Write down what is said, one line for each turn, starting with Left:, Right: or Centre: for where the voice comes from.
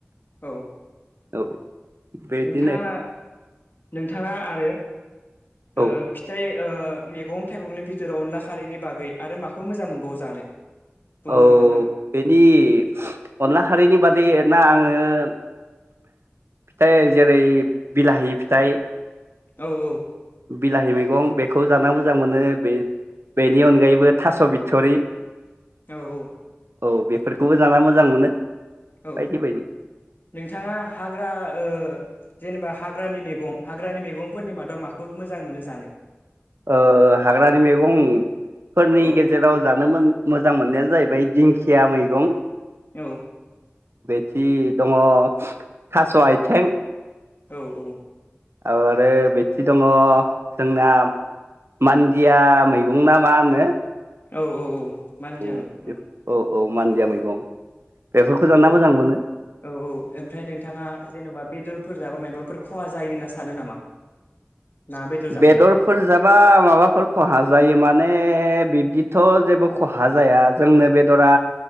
Left: औ
Right: औ बिदिनो
Left: नोंथाङा नोंथाङा आरो ओ
Right: औ
Left: फिथाइ ओ मैगं थाइगंनि बिथोराव अनला खारैनि बागै आरो माखौ मोजां मोनबावो जानो। बुंनो
Right: औ
Left: हागोन नामा
Right: बेनि अनला खारिनि बादैना आङो। फिथाइ जेरै बिलाहि फिथाइ।
Left: औ औ।
Right: बिलाहि मैगं बेखौ जानो मोजां मोनो बे बेनि अनगायैबो थास' बिथरि।
Left: औ औ।
Right: औ बेफोरखौबो जानो मोजां मोनो।
Left: औ
Right: बायदि बायदि
Left: नोंथाङा हाग्रा ओ जेनेबा हाग्रानि मैगं हाग्रानि मैगंफोरनि मादाव माखौ मोजां मोनो जानो
Right: ओ हाग्रानि मैगंफोरनि
Left: औ
Right: गेजेराव जानो मोजां मोननाया जाहैबाय दिंख खिया मैगं
Left: औ
Right: जि दङ थास' आयथें
Left: औ औ
Right: आरो बिथि दङ जोंना मान्दिया मैगं ना मा होनो
Left: औ औ औ मानदिया
Right: औ
Left: मैगं
Right: औ औ मानदिया मैगं बेफोरखौ जाना
Left: नोंथां
Right: मोजां मोनो
Left: औ औ ओमफ्राय नोंथाङा जेनबा बेदरफोर जाबा मायाबाफोर खहा जायो होनना स सानो नामा ना बेदर
Right: बेदरफोर
Left: जाबोला
Right: जाबा माबाफोर खहा जायो माने बिब्दिथ' जेबो खहा जाया जोंनो बेदरा